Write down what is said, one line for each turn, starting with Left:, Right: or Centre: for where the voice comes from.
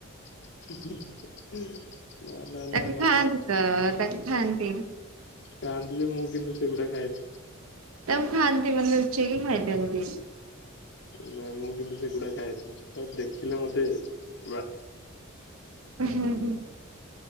Left: <unintelligible> ନା
Right: ତାକୁ
Left: ନା
Right: ଖାଆନ୍ତି
Left: ନା
Right: ତ ତାକୁ ଖାଆନ୍ତି।
Left: ଖାଆନ୍ତି ଯେ ମୁଁ କିନ୍ତୁ ସେଗୁଡା ଖାଏନି।
Right: ତାକୁ ଖାଆନ୍ତି ମାନେ ଲୁଚେଇକି ଖାଇଦିଅନ୍ତି।
Left: ନାଇ ମୁଁ କିନ୍ତୁ ସେଗୁଡା ଖାଏନି ତାକୁ ଦେଖିଲେ ମତେ ଅ
Right: ହଁ ହୁଁ ହୁଁ